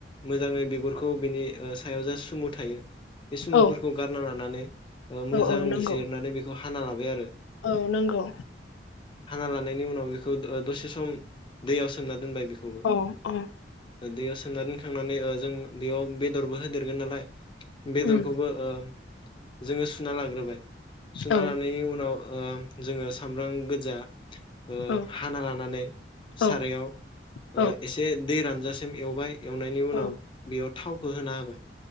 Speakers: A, on the left (about 25°); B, on the left (about 90°).
A: मोजाङै बिगुरखौ बिनि ओ सायाव जा सुमु थायो बे सुमुफोरखौ
B: औ
A: गारना लानानै ओ मोजां
B: औ नंगौ
A: जिरनानै बेखौ हाना लाबाय आरो।
B: औ नोंगौ।
A: हाना लानायनि उनाव बेखौ द-दसे सम दैयाव सोमना दोनबाय। बेखौबो
B: अ अ
A: दैयाव सोमनानै दोनखांनानै ओ जों बेयाव बेदरबो होदेरगोन नालाय बेदरखौबो
B: उम
A: ओ जोङो सुना लाग्रोबाय। सुना
B: औ
A: लानायनि उनाव ओम जोङो सामब्राम गोज्जा ओ
B: औ
A: हाना लानानै
B: औ
A: सारायाव
B: औ
A: ओ एसे दै रानजासि <unintelligible> एवबाय एवनायनि उनाव
B: औ
A: बेयाव थावखो होना होबाय।